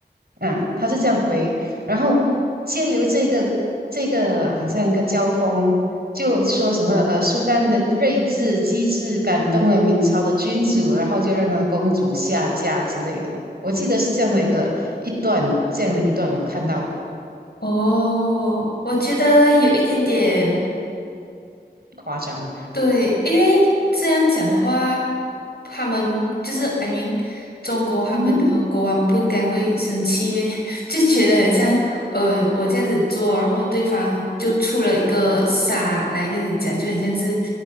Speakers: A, on the right (about 65°); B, on the left (about 65°).
A: 啊，他是这样回，然后借由这个这个好像一个交锋，就说什么呃，苏丹的睿智机智感动了明朝的君主，然后就让他的公主下嫁之类的。我记得是这样的一个一段，这样的一段我看到的，
B: 哦，我觉得有一点点
A: 夸张。
B: 对，因为这样讲的话，他们就是 I mean，中国他们的国王不应该会生气咩？
A: 嗯。
B: <laughs> 就觉得很像，呃，我这样子做，然后对方就出了一个傻来这样子讲，就很像是